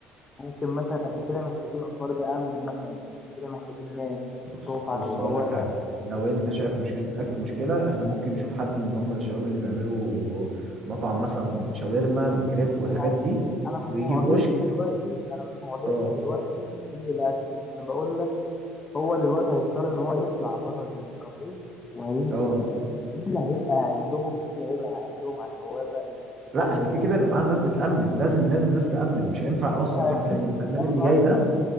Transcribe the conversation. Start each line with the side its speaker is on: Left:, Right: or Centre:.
Left: ممكن مثلا احنا كده محتاجين اسوار ده امن مثلا يعني كده محتاجين ناس
Right: بص
Left: تقف على
Right: بص
Left: البوابه
Right: هقول لك حاجه
Left: تشوف
Right: لو
Left: التيكيتات
Right: انت شايف مشكله الاكل مشكله احنا ممكن نشوف حد من هم الشباب اللي بيعملوا مطعم مثلا شاورما وكريب والحاجات
Left: انا
Right: دي
Left: أنا مش
Right: ويجي
Left: معضلتي
Right: كشك
Left: دلوقتي انا مش معضلتي
Right: اه
Left: دلوقتي في الاكل انا بقول لك هو دلوقتي هيضطر ان هو يطلع بره الكافيه وهيجي
Right: اه
Left: تاني مين اللي هيبقى قاعد لهم مين اللي هيبقى قاعد لهم على البوابه يشوف التيكيتات
Right: لا احنا كده كده يبقى معانا ناس بتأمن لازم لازم ناس تأمن مش هينفع
Left: يعني
Right: اصلا
Left: انت هتجيب
Right: حفله ان الفنان
Left: شركه امن
Right: اللي
Left: اصلا
Right: جاي ده